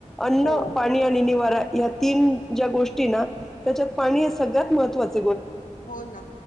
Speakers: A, in the centre; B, on the left (about 80°).
A: अन्न
B: हो
A: पाणी आणि निवारा या तीन ज्या गोष्टीना त्याच्यात पाणी हे सगळ्यात महत्त्वाचं
B: हो ना